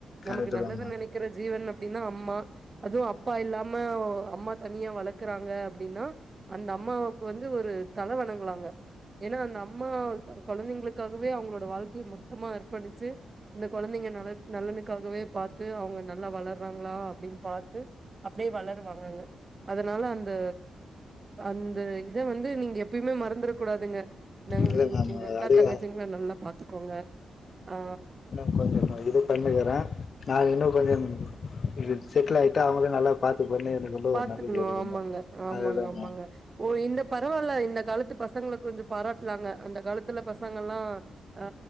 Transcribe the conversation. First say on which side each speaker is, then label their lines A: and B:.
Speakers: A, on the left; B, on the right.
A: கரெக்ட்டுதா
B: நமக்கு நல்லது
A: மேம்
B: நெனைக்கிற ஜீவன் அப்டின்னா அம்மா அதுவு அப்பா இல்லாம ஒ அம்மா தனியா வளக்குறாங்க அப்டின்னா அந்த அம்மாவுக்கு வந்து ஒரு தல வணங்குலாங்க ஏன்னா அந்த அம்மா இப்ப கொழந்தைங்களுக்காகவே அவங்களோட வாழ்க்கைய மொத்தமா அற்பணிச்சு இந்த குழந்தைங்க நல்ல நல்லனுக்காகவே பாத்து அவங்க நல்லா வளர்றாங்களா அப்டின்னு பாத்து அப்டியே வளருவாங்கங்க அதனால அந்த அந்த இத வந்து நீங்க எப்பயுமே மறந்துட கூடாதுங்க நங
A: இல்ல மேம்
B: உங்க அக்கா
A: அதிக
B: தங்கச்சிங்ள நல்லா பாத்துக்கோங்க ஆ
A: <inaudible> தா இது பண்ணுக்குறே நா இன்னு கொஞ்சொ இது செட்டில் ஆயிட்டு அவங்கள நல்லா பாத்துப்பணு எனக்கு ரொம்ப
B: பாத்துக்கணு
A: ஒரு நம்பிக்கை இருக்குங்க
B: ஆமாங்க ஆமாங்க
A: அதுதாங்க
B: ஆமாங்க ஓ இந்த பரவாயில்ல இந்த காலத்து பசங்கள கொஞ்சொ பாராட்லாங்க அந்த காலத்துல பசங்கல்லா ஆ